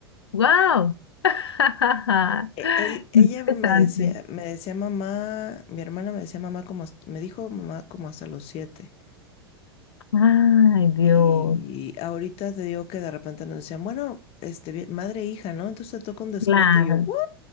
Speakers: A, on the left; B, on the left.
A: ¡Wow! <laughs>
B: E- e- Ella
A: Interesante.
B: me decía, me decía mamá, mi hermana me decía mamá como, hasta- me dijo mamá como hasta los siete.
A: Ay, Dios.
B: Y ahorita te digo que de repente nos decían, bueno, este, bien- madre e hija, ¿no? Entonces te toca un descuento.
A: Claro.
B: Y yo, "¿What?".